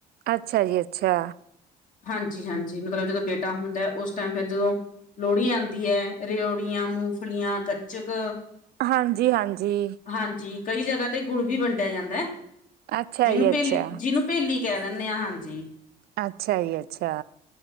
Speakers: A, on the right; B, on the left.
A: ਅੱਛਾ ਜੀ ਅੱਛਾ।
B: ਹਾਂਜੀ-ਹਾਂਜੀ, ਮਤਲਬ ਜਦੋਂ ਬੇਟਾ ਹੁੰਦਾ ਉਸ ਟਾਈਮ ਫਿਰ ਜਦੋਂ ਲੋਹੜੀ ਆਂਦੀ ਹੈ ਰੇਓੜੀਆਂ, ਮੂੰਗਫਲੀਆਂ, ਗੱਚਕ
A: ਹਾਂਜੀ-ਹਾਂਜੀ।
B: ਹਾਂਜੀ ਕਈ ਜਗ੍ਹਾ ਤੇ ਗੁੜ ਵੀ ਵੰਡਿਆ ਜਾਂਦਾ ਹੈ।
A: ਅੱਛਾ
B: ਜਿਹਨੂੰ
A: ਜੀ
B: ਪੇਲੀ,
A: ਅੱਛਾ,
B: ਜਿਹਨੂੰ ਪੇਲੀ ਕਹਿ ਦਿੰਦੇ ਹਾਂ, ਹਾਂਜੀ।
A: ਅੱਛਾ ਜੀ ਅੱਛਾ।